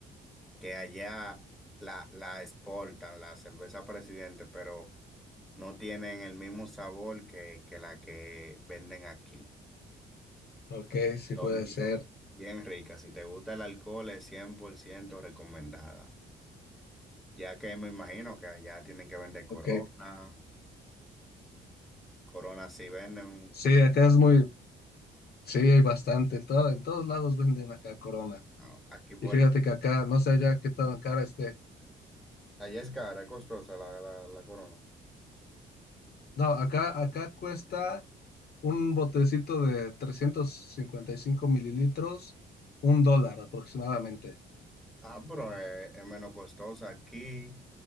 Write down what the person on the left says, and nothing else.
Ok, sí
puede
ser.
Ok.
Sí, acá es muy, sí, hay bastante. En todo- en todos lados venden acá Corona.
Y fíjate que acá, no sé ya qué tan cara esté.
No, acá, acá cuesta un botecito de 355 mililitros, un dólar aproximadamente.